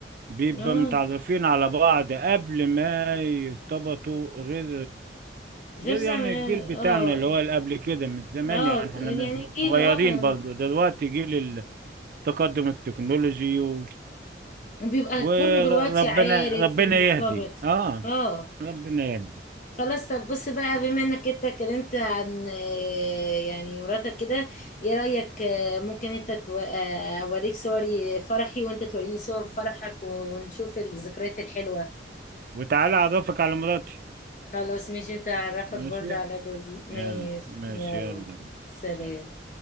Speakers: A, on the right; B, on the left.
A: بيبقى
B: اه
A: متعرفين على بعض قبل ما يرتبطوا غير
B: غير
A: غير
B: زمان
A: يعني الجيل بتاعنا
B: اه
A: اللي هو اللي قبل كده من زمان
B: اه
A: يعني
B: يعني
A: احنا م- إحنا
B: الجيل
A: صغيرين
B: اه
A: برضه دلوقتي جيل التقدم التكنولوجي و...
B: بيبقى
A: وربنا
B: كله دلوقتي عارف
A: ربنا
B: ومرتبط
A: يهدي اه
B: اه
A: ربنا يهدي
B: خلاص طب بص بقى بما انك انت اتكلمت عن آه، يعني مراتك كده ايه رأيك آه، ممكن انت تو- آه، اوريك صور فرحي وانت توريني صور فرحك ونشوف الذكريات الحلوة
A: وتعالى اعرفك على مراتي
B: خلاص ماشي انت اعرفك
A: ماشي
B: برضه على جوزي ماشي
A: يلا ماشي
B: يلا
A: يلا
B: سلام
A: سلام